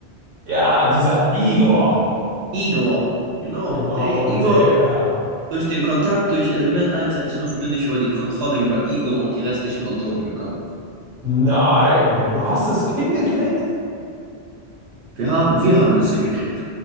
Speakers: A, on the right; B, on the right.
A: Ja, dieser Igor.
B: Igor. Genau.
A: Genau,
B: Nee, Igor,
A: der.
B: durch den Kontakt durch Element 115 bin ich über die Kontrolle über Igor und die restlichen Untoten gekommen.
A: Nein, du hast es hingekriegt?
B: Wir haben, wir haben es hingekriegt.